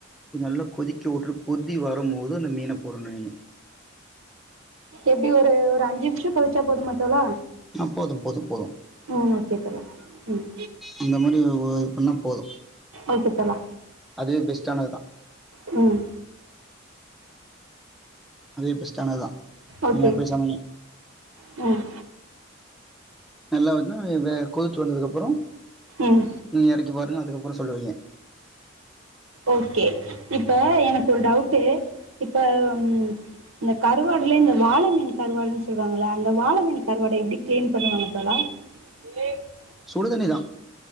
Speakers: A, in the centre; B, on the right.
A: நல்லா கொதிக்க உட்டுடு கொதி வரும் போது அந்த மீன போடணு நீங்க.
B: எப்டி ஒரு ஒரு அஞ்சு நிம்ஷோ கொதிச்சா போதுமா தோழா?
A: ஆ போதும் போதும் போது.
B: ம் ஓகே தோழா ம்.
A: அந்த மாரிவ் ஒ இது பண்ணா போது.
B: ஓகே தோழா.
A: அது பெஸ்ட்டானதுதா.
B: ம்.
A: அதுவே பெஸ்டானதுதா
B: ஓகே
A: நீங்க அப்டே சமைங்க.
B: ம்.
A: நல்லா வர்னு இவ கொதிச்சு வந்ததுக்கப்றோ
B: ம்
A: நீங்க எறக்கி பாருங்க அதுக்கப்றோ சொல்லுவீங்க.
B: ஓகே இப்ப எனக்கு ஒரு டவுட்டு இப்ப ம் இந்த கருவாடுலே இந்த வாழமீன் கருவாடுன்னு சொல்லுவாங்ள அந்த வாழமீன் கருவாட எப்டி கிளீன் பண்ணுவாங்க தோழா <unintelligible>
A: சுடு தண்ணி தா